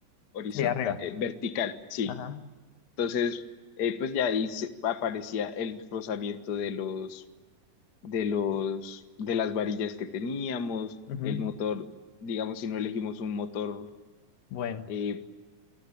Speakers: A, on the left; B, on the left.
A: horizontal,
B: Sí, arriba.
A: eh, vertical, sí.
B: Ajá.
A: Entonces, eh, pues ya ahí se- aparecía el rozamiento de los, de los, de las varillas que teníamos,
B: Ujú.
A: el motor, digamos, si no elegimos un motor,
B: Bueno,
A: eh,